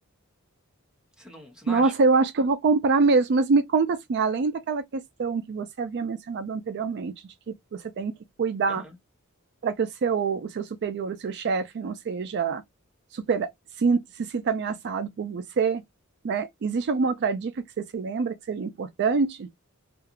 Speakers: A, in the centre; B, on the right.
A: Você não, você não
B: Nossa,
A: acha?
B: eu acho que eu vou comprar mesmo, mas me conta assim, além daquela questão que você havia mencionado anteriormente, de que você tem que cuidar
A: Aham.
B: para que o seu, o seu superior, o seu chefe não seja super, sin- se, sinta ameaçado por você, né? Existe alguma outra dica que você se lembra que seja importante?